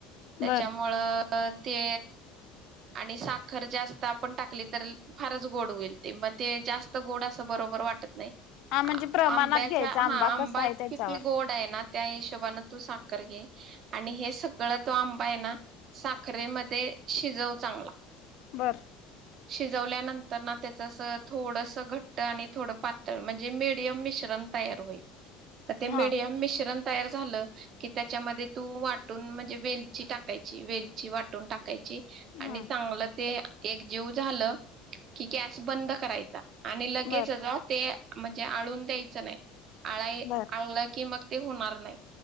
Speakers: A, on the right; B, on the left.
A: त्याच्यामुळं
B: बर.
A: - अ ते -आणि साखर जास्त आपण टाकली तर फारच गोड होईल. म ते जास्त गोड असं बरोबर वाटत नाही. आ
B: हा म्हणजे प्रमाणात
A: -आंब्याच्या-
B: घ्यायचा
A: हा आंबा
B: कसा आहे
A: किती
B: त्याच्यावर.
A: गोड आहे ना- त्या हिशोबान तू साखर घे आणि हे सगळं तो आंबा आहे ना? साखरेमध्ये- शिजव चांगला.
B: बरं.
A: शिजवल्यानंतर ना त्याचअसं थोडस घट्ट आणि थोड पात- तर म्हणजे मिडियम मि <unintelligible> जमतंय आरोही, ते
B: हा.
A: मिडियम मिक्चर - तयार झालं, की त्याच्यामध्ये तू वाटून म्हणजे वेलची टाकायची वेलची वाटून टाकायची.
B: हम्म
A: आणि चांगलं ते- एकजीव झालं, की गॅस बंद करायचा. आणि लगेचच
B: बर
A: अ ते- म्हणजे आळून द्यायचं नाही. आळाई
B: बर.
A: आळल की मग- ते होणार नाही.